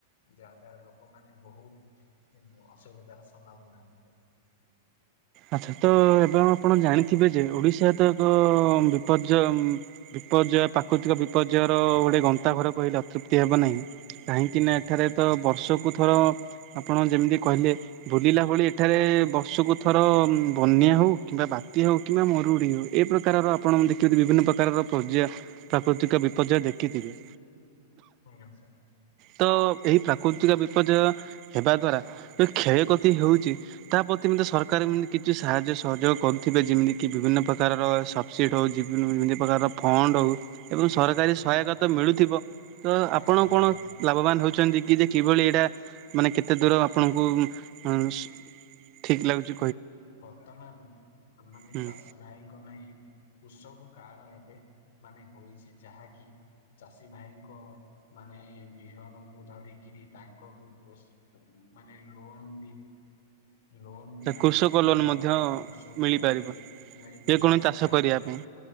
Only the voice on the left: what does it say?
ଯାହାଦ୍ଵାରା ଲୋକମାନେ ବହୁତ, ଉଁ ଅସୁବିଧାର ସମ୍ଭାବନା ହୋଇଥାଏ।
ଆଜ୍ଞା
ସାର୍
ହଁ ନିଶ୍ଚୟ।
ଆଜ୍ଞା
କରୁଛି
ଆଜ୍ଞା ସାର୍
କରୁଛି।
ବର୍ତ୍ତମାନ ଆମାନେ
ଚାଷୀ ଭାଇଙ୍କ ନେଇ, କୃଷକ କାର୍ଡ ହେବେ, ମାନେ ହୋଉଛି, ଯାହାକି ଚାଷୀ ଭାଇଙ୍କ, ମାନେ ବିହନ କୁ ଧରିକିରି ତାଙ୍କକୁ ପୋଷ୍ ମାନେ ଲୋନ ବି, ଲୋନ ବି ଆପ୍
ବ୍କକ
ଦ୍ଵାରା କୃଷକ
ଲୋନ ବି ମିଳିପାରି
ଯାଏ,
ଯାହାକି
ଆପଣ